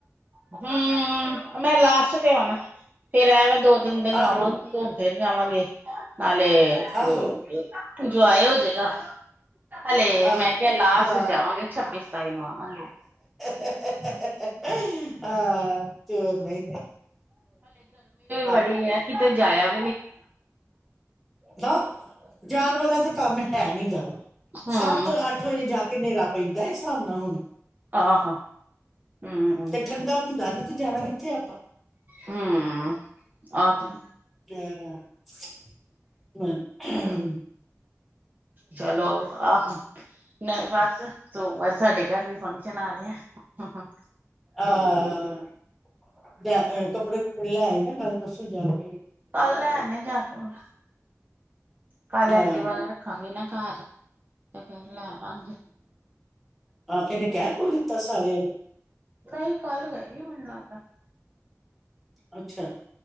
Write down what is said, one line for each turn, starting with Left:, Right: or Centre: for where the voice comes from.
Right: ਹੂੰ, ਮੈਂ ਲਾਸਟ ਤੇ ਆਣਾ। ਫੇਰ ਐਵੇਂ ਦੋ ਤਿੰਨ ਦਿਨ ਨੂੰ
Centre: ਆਹੋ
Right: ਆਵਾਂਗੀ ਘੁਮ ਫੇਰ ਜਾਵਾਂਗੇ ਨਾਲੇ ਏ
Centre: ਆਹੋ
Right: ਏ ਜੋਏ ਹੋਜੇਗਾ ਹਲੇ
Centre: ਆਹ
Right: ਮੈਂ ਕਿਆ ਲਾਸ
Centre: ਹਾਂ
Right: ਜਾਵਾਂਗੇ ਛੱਬੀ ਸਤਾਈ ਨੂੰ ਆਵਾਂਗੇ।
Centre: ਹਮ ਹਾਂ--ਚੋ ਨਈ ਤੇ ਹ।
Right: ਵੜੀ ਐ ਕਿਤੇ ਜਾਇਆ ਵ
Centre: ਜਾ ਜਾਣ ਵਾਲਿਆਂ ਤੇ ਕੰਮ ਹੈ ਨੀਗਾ।
Right: ਹੂੰ।
Centre: ਸੱਤ ਅੱਠ ਵਜੇ ਜਾਕੇ ਨੇਰਾ ਪੈਂਦਾ ਏ ਸਾਬ ਨਾ ਹੁਣ?
Right: ਆਹੋ ਹਮ ਹਮ
Centre: ਤੇ ਠੰਡਾ ਹੁੰਦਾ ਨੀ ਤੇ ਜਾਣਾ ਕਿੱਥੇ ਆਪਾਂ
Right: ਹਮ ਆਹ ਤੇ
Centre: ਹ
Right: ਚਲੋ ਆਹ। ਨ ਬਸ ਸੋਮਵਾਰ ਸਾਡੇ ਘਰ ਵੀ ਫੰਕਸ਼ਨ ਆ ਰਿਐ ਹ ਹ।
Centre: ਆਹ ਜਾ ਕੇ ਕੱਪੜੇ ਕੁੱਪੜੇ ਲੈ ਆਏਨ ਕੱਲ ਪਰਸੋਂ ਜਾਈ।
Right: ਕੱਲ ਲੈਣੇ ਜਾ ਕੇ ਮ ਕੱਲ ਐਕਟੀਵਾ
Centre: ਹਾਂ
Right: ਰਖਾਗੇ ਨਾ ਘਰ ਤੇ ਫੇਰ ਲੈ ਵਾਗੇ
Centre: ਹਾਂ ਇਹਨੇ ਕਹਿ ਕੁ ਦਿੱਤਾ ਸਾਰਿਆਂ ਨੂੰ
Right: ਤਾਂਸੀਂ ਕੱਲ ਗਏ ਹੀ ਮੇਨੂ ਲਗਦਾ
Centre: ਅੱਛਾ